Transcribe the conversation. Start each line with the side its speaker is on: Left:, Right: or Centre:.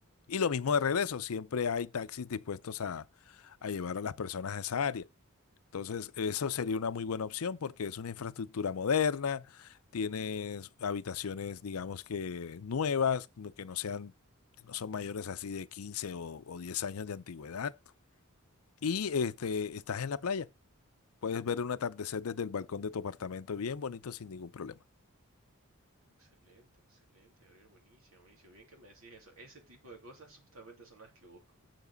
Left: Y lo mismo de regreso, siempre hay taxis dispuestos a, a llevar a las personas a esa área. Entonces, eso sería una
Right: Mm,
Left: muy buena opción porque es una infraestructura moderna, tienes habitaciones, digamos que nuevas, no- que no sean, que no son mayores así de 15 o, o 10 años de antigüedad. Y este, estás en la playa. Puedes ver un atardecer desde el balcón de tu apartamento bien bonito sin ningún problema.
Right: Excelente, excelente, Gabriel, buenísimo, buenísimo. Bien que me decís eso. Ese tipo de cosas <laughs> justamente son las que busco.